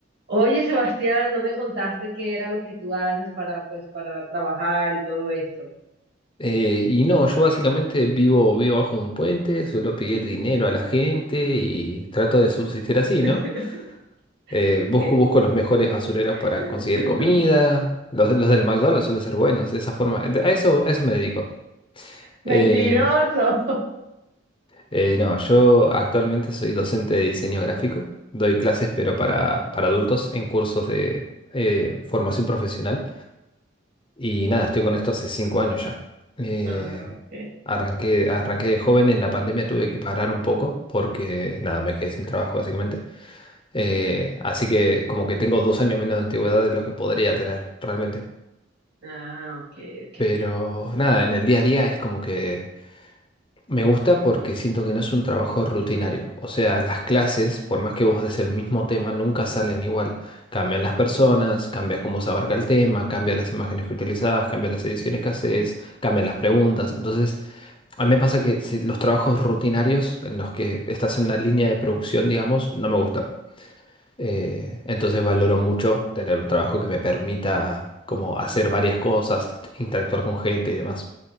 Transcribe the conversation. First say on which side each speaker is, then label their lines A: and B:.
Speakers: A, on the right; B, on the left.
A: Oye, Sebastián, no me contaste qué era lo que tú haces para, pues, para trabajar y todo esto.
B: Eh, y no, yo básicamente vivo, vivo bajo de un puente, suelo pedir dinero a la gente y trato de subsistir así,
A: <laughs>
B: ¿no? Eh, busco,
A: ¿Qué?
B: busco los mejores basureros
A: <laughs>
B: para conseguir comida. Los, los del McDonald's suelen ser buenos, de esa forma. Eh, A eso, a eso me dedico.
A: Mentiroso.
B: Eh, eh, no, yo actualmente soy docente de diseño gráfico. Doy clases, pero para, para adultos en cursos de eh, formación profesional. Y nada, estoy con esto hace cinco años ya. Eh,
A: Ah, ok.
B: arranqué, arranqué de joven, en la pandemia tuve que parar un poco porque nada, me quedé sin trabajo básicamente. Eh, así que como que tengo dos años menos de antigüedad de lo que podría tener realmente.
A: Ah, ok, ok.
B: Pero nada, en el día a día es como que me gusta porque siento que no es un trabajo rutinario. O sea, las clases, por más que vos des el mismo tema, nunca salen igual. Cambian las personas, cambia cómo se abarca el tema, cambian las imágenes que utilizás, cambian las ediciones que haces, cambian las preguntas. Entonces, a mí me pasa que si- los trabajos rutinarios en los que estás en una línea de producción, digamos, no me gustan. Eh, entonces valoro mucho tener un trabajo que me permita como hacer varias cosas, interactuar con gente y demás.